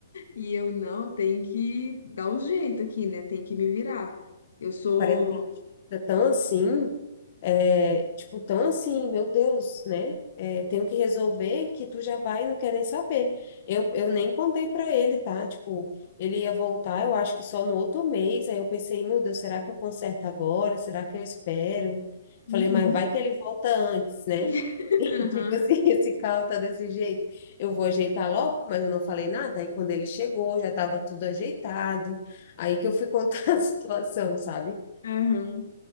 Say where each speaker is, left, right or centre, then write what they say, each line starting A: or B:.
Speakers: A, on the left; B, on the left.
A: E eu, não, tem que dar um jeito aqui, né? Tem que me virar. Eu sou.
B: É, Parece que a gente fica tão assim, é, tipo, tão assim, meu Deus, né? É, tenho que resolver que tu já vai e não quer nem saber. Eu, eu nem contei pra ele, tá? Tipo, ele ia voltar, eu acho que só no outro mês. Aí eu pensei, meu Deus, será que eu conserto agora? Será que eu espero?
A: Uhum.
B: Falei, mas vai que ele volta antes, né?
A: <laughs>
B: <laughs> E, tipo assim, esse carro tá desse jeito. Eu vou ajeitar logo, mas eu não falei nada. Aí quando ele chegou, já tava tudo ajeitado. Aí que eu fui contar <laughs> a situação, sabe?
A: Aham.